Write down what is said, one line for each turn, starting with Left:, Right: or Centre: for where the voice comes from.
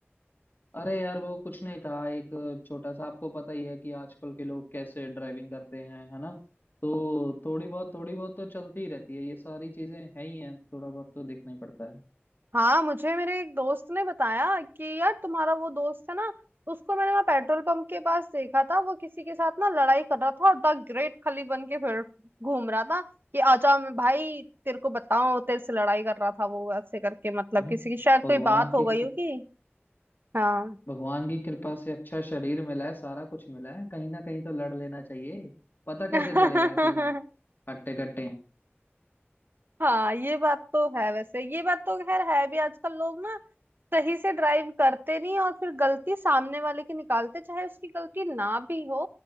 Left: अरे यार वो कुछ नहीं था एक छोटा सा आपको पता ही है कि आजकल के लोग कैसे ड्राइविंग करते हैं है ना तो थोड़ी बहुत थोड़ी बहुत तो चलती ही रहती है ये सारी चीजें है ही हैं थोड़ा बहुत तो देखना ही पड़ता है
Right: हाँ मुझे मेरे एक दोस्त ने बताया कि यार तुम्हारा वो दोस्त है ना उसको मैंने वहाँ पेट्रोल पंप के पास देखा था वो किसी के साथ ना लड़ाई कर रहा था और द ग्रेट खली बन के फिर घूम रहा था कि आजा मैं भाई तेरे को बताऊं तेरे से लड़ाई कर रहा था वो ऐसे करके मतलब
Left: अरे
Right: किसी की शायद
Left: भगवान
Right: कोई बात हो
Left: की
Right: गई होगी हाँ
Left: भगवान की कृपा से अच्छा शरीर मिला है सारा कुछ मिला है कहीं ना कहीं तो लड़ लेना चाहिए पता कैसे
Right: <laughs>
Left: चलेगा कि हम हट्टे कट्टे हैं
Right: हाँ ये बात तो है वैसे ये बात तो खैर है भी आजकल लोग ना सही से ड्राइव करते नहीं और फिर गलती सामने वाले की निकालते चाहे उसकी गलती ना भी हो